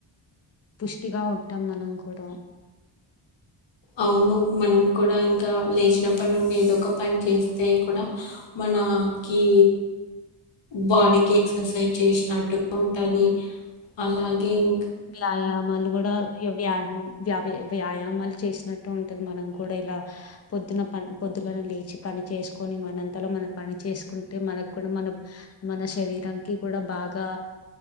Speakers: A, on the left (about 30°); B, on the left (about 60°).
A: పుష్టిగా ఉంటాం మనం కూడా
B: అవును మనం కూడా ఇంకా లేచినప్పటి నుండి ఏదో ఒక పని చేస్తే కూడా మనకి బాడీకి ఎక్సర్సైజ్ చేసినట్టు ఉంటాది
A: ఆ
B: అలాగ్ ఇం
A: వ్యాయామాలు కూడా వ్యావే వ్యాపే వ్యాయామాలు చేసినట్టు ఉంటది. మనం కూడా ఇలా పొద్దున ప పొద్దుగానే లేచి పని చేసుకొని మనంతలో మనం పని చేసుకుంటే, మనకు కూడా మన మన శరీరానికి కూడా బాగా